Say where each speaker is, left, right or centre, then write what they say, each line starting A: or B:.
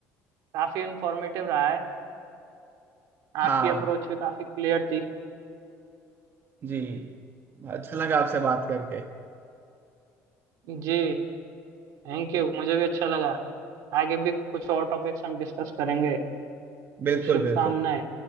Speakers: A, on the right; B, on the right.
A: काफी इंफॉर्मेटिव रहा है
B: हाँ
A: आपकी अप्रोच भी काफी क्लियर थी
B: जी अच्छा लगा आपसे बात करके
A: जी थैंक यू मुझे भी अच्छा लगा आगे भी कुछ और टॉपिक्स हम डिस्कस करेंगे
B: बिल्कुल
A: शुभकामनाएं
B: बिल्कुल